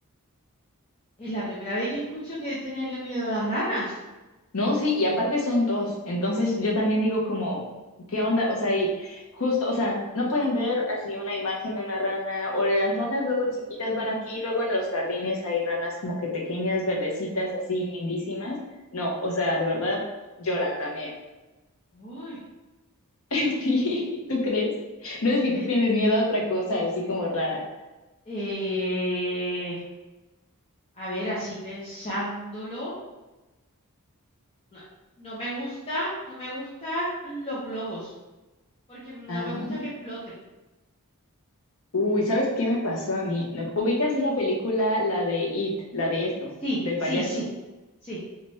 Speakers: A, on the left (about 25°); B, on the left (about 65°).
A: Es la primera vez que escucho que tenerle miedo a las ranas.
B: No, sí, y aparte son dos. Entonces yo también digo como, ¿qué onda? O sea, y justo, o sea, no pueden ver así una imagen de una rana o de las ranas luego chiquitas. Bueno, aquí luego en los jardines hay ranas como que
A: Ujú.
B: pequeñas, verdecitas, así lindísimas. No, o sea, de verdad lloran también.
A: ¡Uy!
B: <laughs> Sí, ¿tú crees? No sé si
A: Eh,
B: tú tienes miedo a otra cosa así como rara.
A: Eh, a ver, así pensándolo, no, no me gusta, no me gusta los globos, porque no
B: Ah.
A: me gusta que exploten.
B: Uy, ¿sabes qué me pasó a mí? No, ¿Ubicas esa película, la de It, la de eso,
A: Sí,
B: del
A: sí,
B: payaso?
A: sí, sí.